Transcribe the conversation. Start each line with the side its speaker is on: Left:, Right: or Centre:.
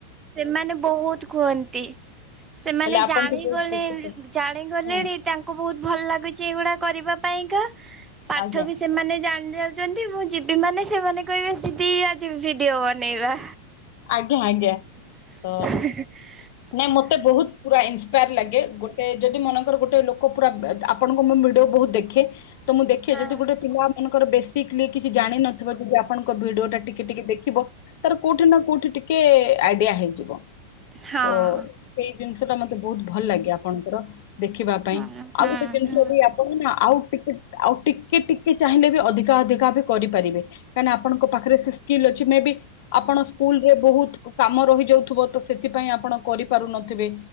Right: ସେମାନେ ବହୁତ କୁହନ୍ତି ସେମାନେ
Left: ହେଲେ ଆପଣ
Right: ଜାଣିଗଲେ
Left: ଟିକେ
Right: ଜାଣିଗଲେଣି
Left: ହଁ
Right: ତାଙ୍କୁ ବହୁତ ଭଲ ଲାଗୁଛି ଏଇଗୁଡା କରିବା। ପାଇଙ୍କା। ପାଠ
Left: ଆଜ୍ଞା
Right: ବି ସେମାନେ ଜାଣ। ଯାଉଛନ୍ତି ମୁଁ ଯିବି ମାନେ ସେମାନେ କହିବେ ଦି ଦି ଆଜି ଭିଡିଓ ବନେଇବା।
Left: ଆଜ୍ଞା ଆଜ୍ଞା।
Right: <unintelligible>
Left: ତ ନାଇଁ ମତେ ବହୁତ ପୁରା ଏନସ୍ପାୟାର ଲାଗେ ଗୋଟେ ଯଦି ମନେକର ଗୋଟେ ଲୋକ ପୁରା ଆପଣଙ୍କ ମୁ ଭିଡିଓ ବହୁତ ଦେଖେ। ତ ମୁଁ ଦେଖେ
Right: ହଁ।
Left: ଯଦି ଗୋଟେ ପିଲା। ର ବେସିକ କିଛି ଜାଣିନିବ ଯଦି ଆପଣଙ୍କ ଭିଡିଓ ଟା ଟିକେ ଟିକେ ଦେଖିବ ତାର କୋଉଠି। କୋଉଠି ନା କୋଉଠି ଟିକେ ଆଇଡିଆ ହେଇଯିବ। ତ
Right: ହଁ
Left: ସେଇ ଜିନିଷ ଟା ମତେ ବହୁତ ଭଲ ଲାଗେ ଆପଣଙ୍କର। ଦେଖିବା ପାଇଁ
Right: ହଁ ହଁ
Left: ଆଉ ଗୋଟେ ଜିନିଷ ବି ଆପଣ ନା ଆଉ ଟିକେ। ଆଉ ଟିକେ ଟିକେ ଚାହିଁଲେ ବି ଅଧିକା ଅଧିକା ବି କରିପାରିବେ କାହିଁକି ଆପଣଙ୍କ ପାଖରେ ସେ ସ୍କିଲ୍ ଅଛି ମେ ବି ଆପଣ। ସ୍କୁଲରେ ବହୁତ କାମ ରହିଯାଉଥିବ ତ ସେଥିପାଇଁ ଆପଣ କରିପାରୁନଥିବେ